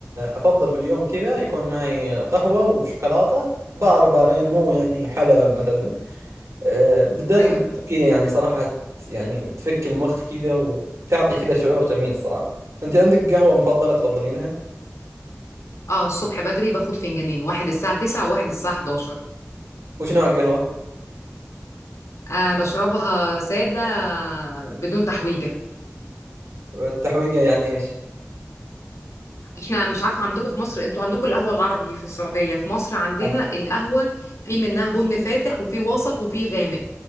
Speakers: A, on the right (about 75°); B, on the left (about 90°).
A: افضل في اليوم كذا يكون معي قهوه وشوكولاته بار بارين مو يعني حلا مثلا أه، بالذات
B: ايوه
A: التركيه يعني صراحه يعني تفك المخ كذا وتعطي كذا شعور جميل صراحه انت عندك قهوه مفضله تفضلينها
B: اه الصبح بدري باخد فنجانين واحد الساعه 9 وواحد الساعه 11
A: وش نوع القهوه
B: آه بشربها ساده بدون تحويجه
A: التحويقه يعني ايش
B: احنا مش عارفه عندكم في مصر انتوا عندكم القهوه العربي في السعوديه في مصر عندنا
A: آه،
B: القهوه في منها بن فاتح وفي وسط وفي غامق